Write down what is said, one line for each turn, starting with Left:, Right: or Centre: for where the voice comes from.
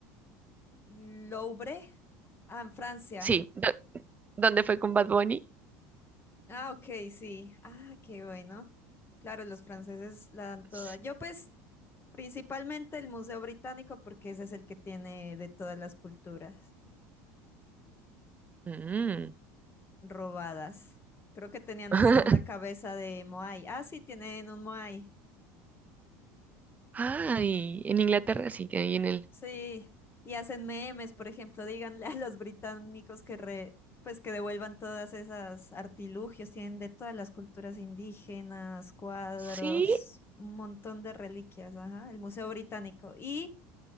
Left: Louvre, ah, en Francia.
Right: sí, do- ¿dónde fue con Bad Bunny?
Left: Ah, ok, sí. Ah, qué bueno. Claro, los franceses la dan toda.
Right: Sí.
Left: Yo pues principalmente el Museo Británico porque ese es el que tiene de todas las culturas
Right: Mm.
Left: robadas. Creo que tenían
Right: <laughs>
Left: hasta una cabeza de Moai. Ah, sí, tienen un Moai.
Right: Ay, en Inglaterra sí que hay en el.
Left: Sí, y hacen memes, por ejemplo, díganle a los británicos que re- pues que devuelvan todas esas artilugios, tienen de todas las culturas indígenas, cuadros,
Right: Sí,
Left: un montón de reliquias, ajá, el Museo Británico y